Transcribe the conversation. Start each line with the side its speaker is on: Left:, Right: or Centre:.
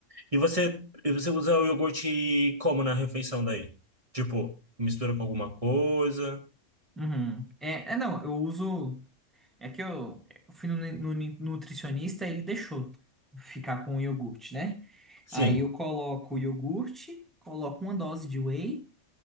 Right: E você, e você usa o iogurte como na refeição daí? Tipo, mistura com alguma coisa?
Centre: Uhum. É, é, não, eu uso. É que eu, eu fui no, nu- nu- nutricionista, ele deixou ficar com o iogurte, né?
Right: Sim.
Centre: Aí eu coloco o iogurte, coloco uma dose de whey.